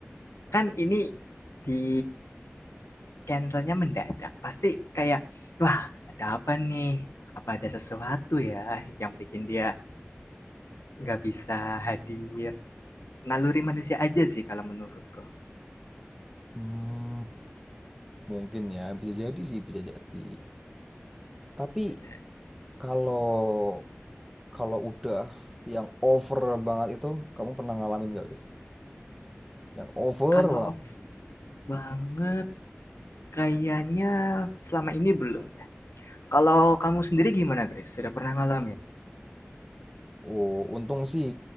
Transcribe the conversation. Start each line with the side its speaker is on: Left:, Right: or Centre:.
Left: kan ini di Cancelnya mendadak, pasti kayak, "Wah, ada apa nih? Apa ada sesuatu ya yang bikin dia nggak bisa hadir?" Naluri manusia aja sih kalau menurutku.
Centre: Hmm, mungkin ya bisa jadi sih bisa jadi tapi
Left: Gitu.
Centre: kalau kalau udah yang over banget itu kamu pernah ngalamin gak Liv yang over
Left: Kalau
Centre: banget
Left: off banget kayaknya selama ini belum deh. Kalau kamu sendiri gimana, Grace? Sudah pernah ngalamin?
Centre: oh untung sih